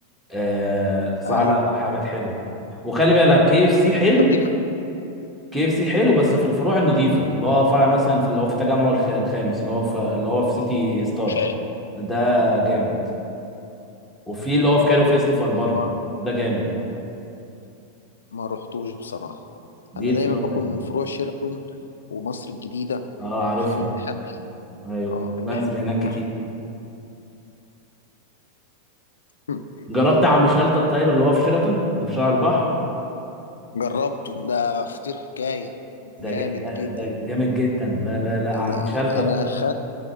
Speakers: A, in the centre; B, on the left.
A: آه صح
B: ايوه
A: لا حاجات حلوة وخلي بالك كي اف سي حلو
B: طب ليك
A: كي اف سي حلو بس
B: مم.
A: في الفروع النظيفة اللي هو فرع مثلا في اللي هو في تجمع الخ- الخامس اللي هو في اللي هو في سيتي ستارز
B: ف
A: ده جامد وفي اللي هو في كايرو فيستيفال برضه
B: ما
A: ده جامد
B: ما رحتوش بصراحة
A: دي
B: أنا
A: الفروع
B: دايما باكل
A: اللي
B: من فروع شيراتون ومصر الجديدة
A: اه عارفهم
B: فاهم الناحية
A: ايوه
B: اه الناحية
A: بنزل هناك
B: التانية.
A: كتير
B: <laughs>
A: جربت عم شلتة الطيب اللي هو في شيراتون اللي في شارع البحر
B: جربته ده فطير حكاية جامد
A: ده ج... ده,
B: جدا
A: ده جامد جدا لا لا لا عم
B: أنا
A: شلتة الطيب
B: أنا خ...